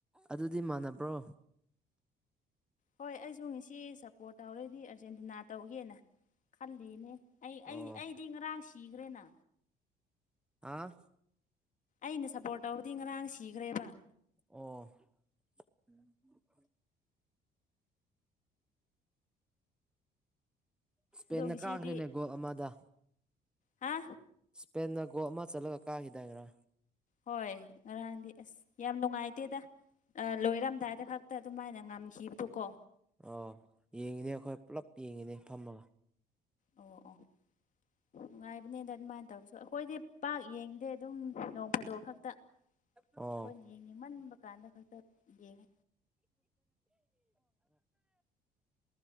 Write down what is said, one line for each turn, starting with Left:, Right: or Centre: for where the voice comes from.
Centre: ꯑꯗꯨꯗꯤ ꯃꯥꯟꯅꯕ꯭ꯔꯣ
Left: ꯍꯣꯏ ꯑꯩꯁꯨ ꯉꯁꯤ ꯁꯞꯄꯣꯔꯠ ꯇꯧꯔꯗꯤ ꯑꯥꯔꯖꯦꯟꯇꯤꯅꯥ ꯇꯧꯒꯦꯅ ꯈꯜꯂꯤꯅꯦ ꯑꯩ
Centre: ꯑꯣ
Left: ꯑꯩ ꯑꯩꯗꯤ ꯉꯔꯥꯡ ꯁꯤꯈ꯭ꯔꯦꯅ
Centre: ꯍꯥ
Left: ꯑꯩꯅ ꯁꯞꯄꯣꯔꯠ ꯇꯧꯕꯗꯤ ꯉꯔꯥꯡ ꯁꯤꯈ꯭ꯔꯦꯕ
Centre: ꯑꯣ ꯎꯝ ꯏꯁꯄꯦꯟꯗ
Left: ꯑꯗꯣ ꯉꯁꯤꯗꯤ
Centre: ꯀꯥꯈ꯭ꯔꯦꯅꯦ ꯒꯣꯜ ꯑꯃꯗ
Left: ꯍꯥ
Centre: ꯁꯄꯦꯟꯅ ꯒꯣꯜ ꯑꯃ ꯆꯠꯂꯒ ꯀꯥꯈꯤꯗꯥꯏꯔꯥ
Left: ꯍꯣꯏ ꯉꯔꯥꯡꯗꯤ ꯑꯁ ꯌꯥꯝ ꯅꯨꯡꯉꯥꯏꯇꯦꯗ ꯂꯣꯏꯔꯝꯗꯥꯏꯗ ꯈꯛ ꯍ ꯑꯗꯨꯃꯥꯏꯅ ꯉꯝꯈꯤꯕꯗꯣ ꯀꯣ
Centre: ꯑꯥꯎ ꯌꯦꯡꯉꯤꯅꯦ ꯑꯩꯈꯣꯏ ꯄꯨꯂꯞ ꯌꯦꯡꯉꯤꯅꯦ ꯐꯝꯃꯒ
Left: ꯑꯣ ꯑꯣ ꯅꯨꯡꯉꯥꯏꯕꯅꯦꯗ ꯑꯗꯨꯃꯥꯏꯅ ꯇꯧꯔꯁꯨ ꯑꯩꯈꯣꯏꯗꯤ ꯄꯥꯛ ꯌꯦꯡꯗꯦ ꯑꯗꯨꯝ ꯅꯣꯡ ꯐꯥꯗꯣꯛ ꯈꯛꯇ
Centre: ꯑꯣ
Left: ꯑꯩꯈꯣꯏꯅ ꯌꯦꯡꯅꯤꯡꯃꯟꯕ ꯀꯥꯟꯗ ꯈꯛꯇ ꯌꯦꯡꯉꯦ